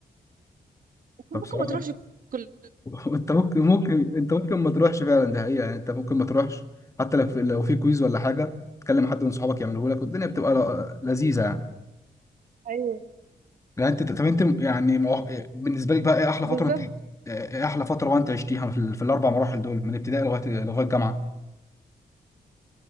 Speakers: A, on the right; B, on the left.
A: انت
B: فبصراحة
A: ممكن ما تروحش الكلية
B: انت ممكن ممكن انت ممكن ما تروحش فعلا ده حقيقة يعني انت ممكن ما تروحش حتى لو في لو في كويز ولا حاجة تكلم حد من صحابك يعمله لك والدنيا بتبقى ل- لذيذة يعني
A: ايوه
B: يعني انت طب انت يعني مع- بالنسبة لك بقى ايه احلى
A: بالظبط
B: فترة انت ايه احلى فترة وانت عشتيها في, ال- في الاربع مراحل دول من ابتدائي لغاية لغاية الجامعة